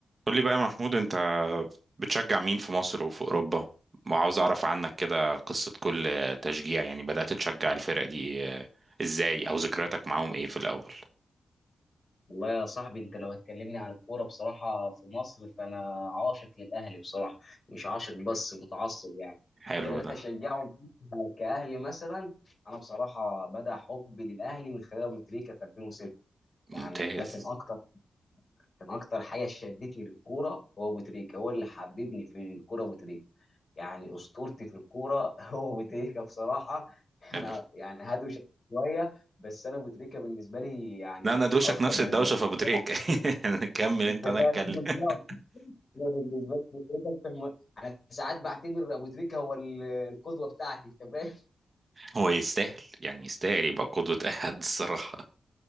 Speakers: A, on the right (about 40°); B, on the left (about 45°).
A: قول لي بقى يا محمود انت بتشجع مين في مصر وفي اوروبا وعاوز اعرف عنك كده قصة كل تشجيع يعني بدأت تشجع الفرق دي آه، ازاي او ذكرياتك معاهم ايه في الاول
B: والله يا صاحبي انت لو هتكلمني عن الكوره بصراحه في مصر فانا عاشق للاهلي بصراحه مش عاشق بس متعصب يعني
A: حلو
B: بدات
A: ده
B: اشجعه كاهلي مثلا انا بصراحه بدا حبي للاهلي من خلال ابو تريكه في 2006 يعني
A: ممتاز
B: ده كان اكتر كان اكتر حاجه شدتني للكوره هو ابو تريكه هو اللي حببني في الكوره ابو تريكه يعني اسطورتي في الكوره <laughs> هو ابو تريكه بصراحه انا
A: حلو
B: يعني هدوش شويه بس انا ابو تريكه بالنسبه لي يعني
A: لا انا دوشك
B: اكتر
A: نفس
B: من
A: الدوشة
B: مجرد
A: في ابو تريك <laughs> كمل انت
B: تمام،
A: انا اتكلم
B: بالظبط
A: <laughs>
B: انا بالنسبه لي ابو تريكه اكتر م... انا ساعات بعتبر ابو تريكه هو ال- القدوه بتاعتي انت فاهم
A: هو يستاهل يعني يستاهل يبقى قدوة <laughs> احد الصراحة